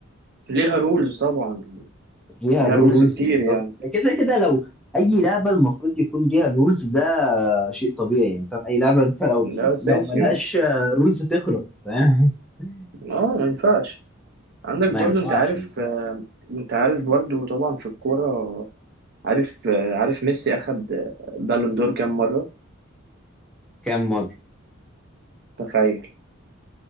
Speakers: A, on the right; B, in the centre.
A: ليها رولز طبعا
B: ليها
A: ليها
B: رولز
A: رولز كتير
B: بالظبط
A: يعني
B: كده كده لو اي لعبه المفروض يكون ليها رولز ده شيء طبيعي يعني فاهم اي لعبه انت لو
A: ده أساسي
B: لو ملهاش
A: اه
B: رولز تخرب فاهم <laughs>
A: اه ما ينفعش عندك
B: ما
A: برضو
B: ينفعش
A: أنت عارف
B: بالظبط
A: آه، أنت عارف برضو طبعا في الكورة عارف آه، عارف ميسي أخد آه، بالون دور كام مرة
B: كام مره
A: تخيل